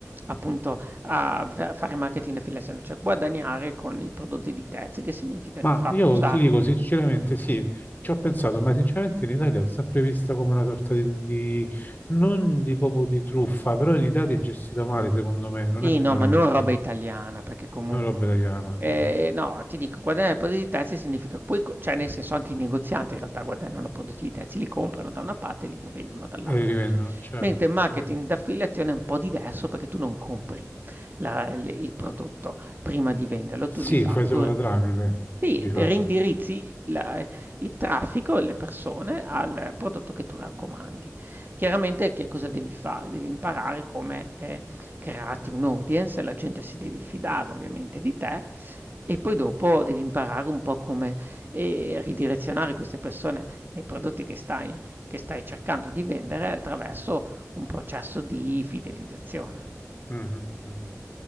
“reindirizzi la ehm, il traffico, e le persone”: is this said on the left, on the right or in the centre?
Right